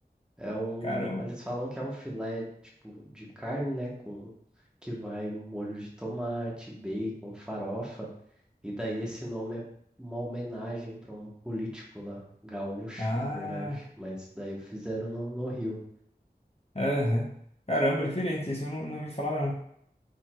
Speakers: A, in the centre; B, on the left.
A: É um.
B: Caramba.
A: Eles falam que é um filé, tipo, de carne, né? Com que vai molho de tomate, bacon, farofa. E daí esse nome é uma homenagem para um político lá, gaúcho,
B: Ah,
A: na verdade. Mas daí fizeram no, no Rio.
B: aham. Caramba, diferente. Esse eu não, não ouvi falar, não.